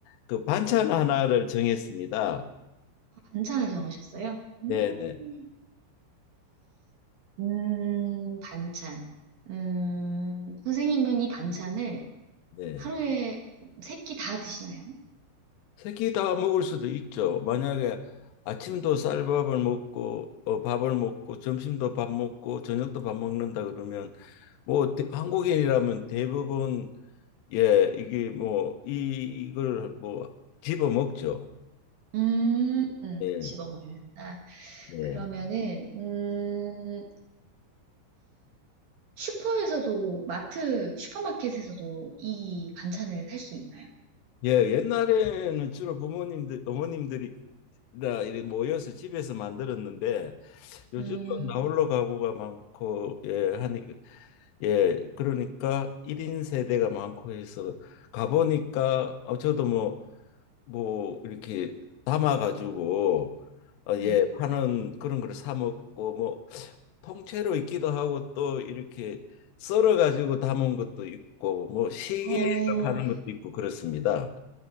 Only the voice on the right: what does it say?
반찬을 정하셨어요?
음,
음, 반찬. 음, 선생님은 이 반찬을
하루에 세끼 다 드시나요?
음,
집어 먹는다.
그러면은, 음, 슈퍼에서도, 마트, 슈퍼마켓에서도 이 반찬을 살 수 있나요?
음,
네.
어,